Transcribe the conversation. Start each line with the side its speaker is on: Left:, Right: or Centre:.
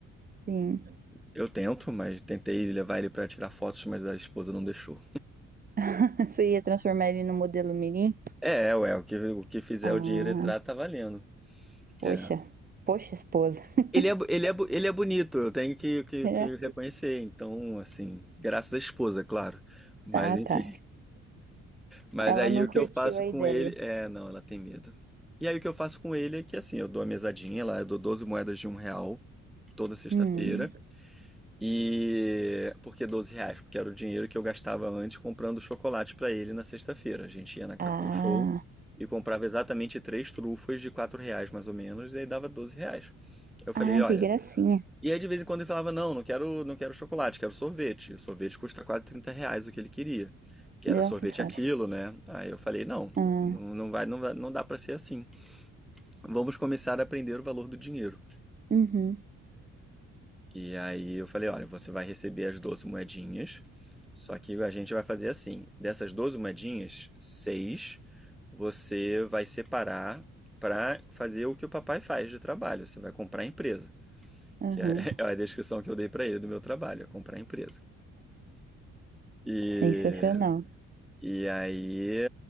Right: sim.
Centre: Eu tento, mas tentei levar ele pra tirar fotos, mas a esposa não deixou.
Right: <laughs> Você ia transformar ele no modelo Mirim?
Centre: É, é, ué, o que, o que fizer
Right: Ah,
Centre: o dinheiro entrar tá valendo.
Right: poxa,
Centre: É.
Right: poxa, esposa. <laughs>
Centre: Ele é, bo- ele é, bo- ele é bonito, eu tenho que, que,
Right: É,
Centre: que reconhecer. Então, assim, graças à esposa, claro. Mas
Right: tá,
Centre: enfim.
Right: tá.
Centre: Mas
Right: Ela
Centre: aí
Right: não
Centre: o
Right: curtiu
Centre: que eu faço
Right: a
Centre: com
Right: ideia.
Centre: ele. É, não, ela tem medo. E aí o que eu faço com ele é que assim, eu dou a mesadinha lá, eu dou 12 moedas de um real toda sexta-feira.
Right: Hum.
Centre: E por que 12 reais? Porque era o dinheiro que eu gastava antes comprando chocolate para ele na sexta-feira. A gente ia na Cacau
Right: Ah,
Centre: Show e comprava exatamente três trufas de 4 reais mais ou menos, e aí dava 12 reais. Eu falei,
Right: ah,
Centre: olha.
Right: que gracinha.
Centre: E aí de vez em quando ele falava, não, não quero, não quero chocolate, quero sorvete. O sorvete custa quase 30 reais o que ele queria. Que
Right: Nossa
Centre: era sorvete
Right: senhora.
Centre: aquilo, né? Aí eu falei, não,
Right: Ah,
Centre: não, não vai, não vai, não dá para ser assim. Vamos começar a aprender o valor do dinheiro.
Right: uhum,
Centre: E aí eu falei, olha, você vai receber as 12 moedinhas, só que a gente vai fazer assim, dessas 12 moedinhas, seis você vai separar para fazer o que o papai faz de trabalho, você vai comprar a empresa,
Right: uhum.
Centre: que é <laughs> é a descrição que eu dei para ele do meu trabalho, é comprar a empresa. E,
Right: Sensacional.
Centre: e aí,